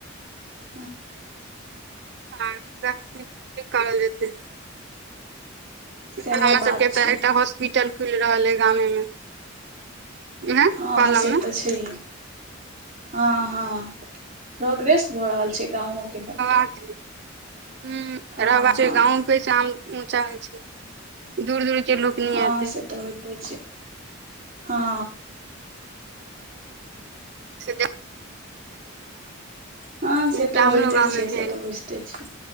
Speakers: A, on the right; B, on the right.
A: हं
B: हँ <unintelligible> की करल जेतै। एखन
A: सएह
B: हमरा
A: बात
B: सबके
A: छै
B: तऽ एकटा हॉस्पिटल खुलि रहल ऐ गामे मे उहे
A: हँ
B: कलम
A: से
B: मे
A: तऽ छैहे हँ हँ। प्रोग्रेस भऽ रहल छै गाँवोके बड।
B: हं
A: हँ
B: रहबा
A: हँ
B: छै गाँवोके चाम ऊँचा होइ छै दूर दूर के लोक नहि
A: हँ
B: एतै
A: से तऽ होइतै छै हँ।
B: से दे
A: हँ
B: एकटा
A: से तऽ होइते
B: हमरो गाँव
A: छै
B: मे
A: से
B: भेल
A: तऽ बुझिते छियै।